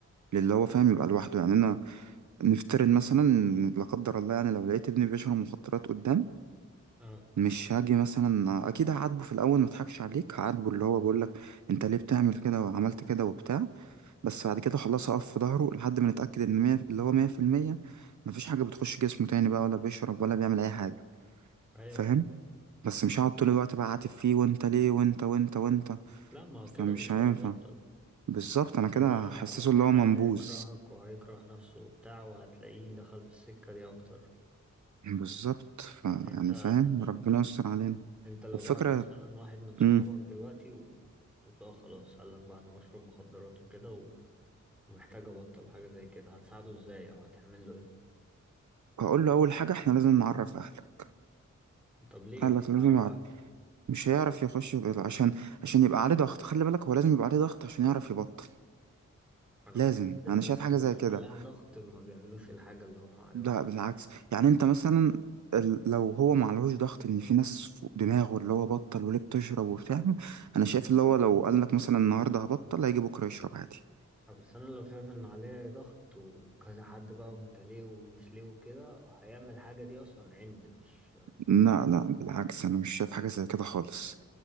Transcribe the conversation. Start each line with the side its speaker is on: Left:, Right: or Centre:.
Right: للي هو فاهم يبقى لوحده يعني انا نفترض مثلا لا قدر الله يعني لو لقيت ابني بيشرب مخدرات قدام
Centre: اه
Right: مش هاجي مثلا اكيد هعاتبه في الاول ما اضحكش عليك هعاتبه اللي هو بقول لك انت ليه بتعمل كده وعملت كده وبتاع بس بعد كده خلاص اقف في ظهره لحد ما نتاكد ان مية اللي هو 100% مفيش حاجه بتخش جسمه تاني بقى ولا بيشرب ولا بيعمل اي حاجه
Centre: ايوه
Right: فاهم بس مش هقعد طول الوقت بقى عاتب فيه وانت ليه وانت وانت وانت
Centre: لا ما هو
Right: فمش
Centre: كده مش
Right: هينفع
Centre: هيبطل
Right: بالظبط انا
Centre: كده
Right: كده حسسه اللي
Centre: كده
Right: هو منبوذ
Centre: هيكرهك وهيكره نفسه وبتاع وهتلاقيه دخل في السكة دي اكتر
Right: بالظبط ف يعني
Centre: انت
Right: فاهم ربنا يستر علينا
Centre: انت لو
Right: والفكره
Centre: جالك مثلا واحد من صحابك
Right: امم
Centre: دلوقتي و... وتلاقيه خلاص قال لك بقى انا بشرب مخدرات وكده و... ومحتاج ابطل حاجة زي كده هتساعده ازاي او هتعمل له ايه
Right: هقول له اول حاجه احنا لازم نعرف اهلك
Centre: طب ليه
Right: قال
Centre: ليه
Right: لك
Centre: تعرف
Right: لازم اعرف
Centre: اهله
Right: مش هيعرف يخش غير عشان عشان يبقى عليه ضغط خلي بالك هو لازم يبقى عليه ضغط عشان يعرف يبطل
Centre: انا
Right: لازم
Centre: بحس الناس
Right: انا شايف حاجه
Centre: اللي
Right: زي كده
Centre: عليها ضغط ما بيعملوش الحاجة اللي هم عليهم
Right: لا بالعكس يعني انت مثلا ال- لو هو ما عليهوش ضغط ان في ناس فوق دماغه اللي هو بطل وليه بتشرب وبتعمل انا شايف اللي هو لو قال لك مثلا النهارده هبطل هيجي بكره يشرب عادي
Centre: آه، بس انا لو شايف ان عليه ضغط وكذا حد بقى وانت ليه ومش ليه وكده هيعمل الحاجة دي اصلا عند مش
Right: لا لا بالعكس انا مش شايف حاجه زي كده خالص